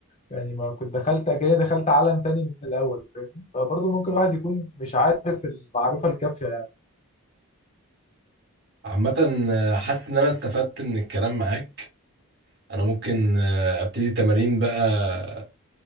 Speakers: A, on the left; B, on the right.
A: يعني ما كنت دخلت كأني دخلت عالم تاني من الأول فاهم فبرضه ممكن الواحد يكون مش عارف المعرفة الكافية يعني
B: عامة آه، حاسس ان انا استفدت من الكلام معاك انا ممكن آه، ابتدي تمارين بقى